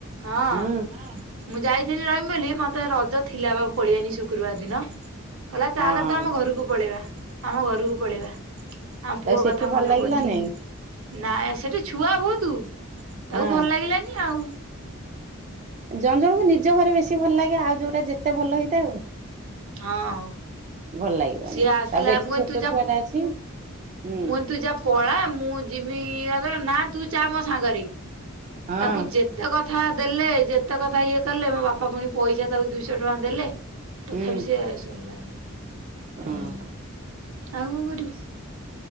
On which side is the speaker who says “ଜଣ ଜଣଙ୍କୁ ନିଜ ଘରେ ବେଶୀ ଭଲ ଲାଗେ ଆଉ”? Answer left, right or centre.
Right